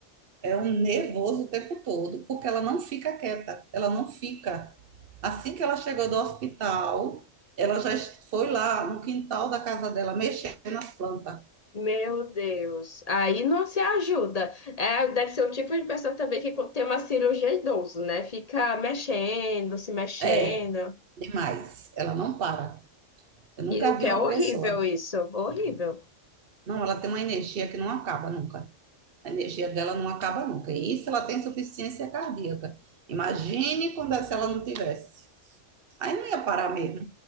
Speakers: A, on the right; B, on the left.
A: é um nervoso o tempo todo, porque ela não fica quieta, ela não fica. Assim que ela chegou do hospital, ela já es- foi lá no quintal da casa dela mexendo nas plantas.
B: Meu Deus, aí não se ajuda. É, deve ser um tipo de pessoa também que tem uma cirurgia idoso, né? Fica mexendo, se mexendo.
A: É, demais. Ela não para. Eu nunca
B: E o
A: vi
B: que
A: uma
B: é horrível
A: pessoa.
B: isso, horrível.
A: Não, ela tem uma energia que não acaba nunca. A energia dela não acaba nunca. E isso ela tem insuficiência cardíaca. Imagine quando é, se ela não tivesse. Aí não ia parar mesmo.